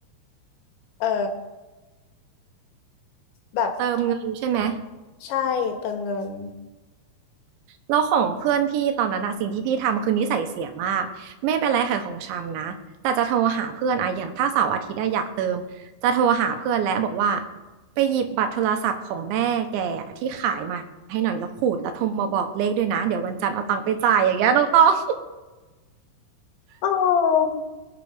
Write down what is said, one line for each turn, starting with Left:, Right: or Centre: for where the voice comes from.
Left: เออแบบโทร
Right: เติมเงินใช่ไหม
Left: หาใช่เติมเงิน
Right: แล้วของเพื่อนพี่ตอนนั้นอะสิ่งที่พี่ทำคือนิสัยเสียมากไม่เป็นไรขายของชำนะแต่จะโทรหาเพื่อนอะอย่างถ้าเสาร์อาทิตย์อะอยากเติมจะโทรหาเพื่อนและบอกว่าไปหยิบบัตรโทรศัพท์ของแม่แกอะที่ขายมาให้หน่อยแล้วขูดแล้วโทรมาบอกเลขด้วยนะเดี๋ยววันจันทร์เอาตังค์ไปจ่ายอย่างเงี้ยน้องต้อง
Left: เออ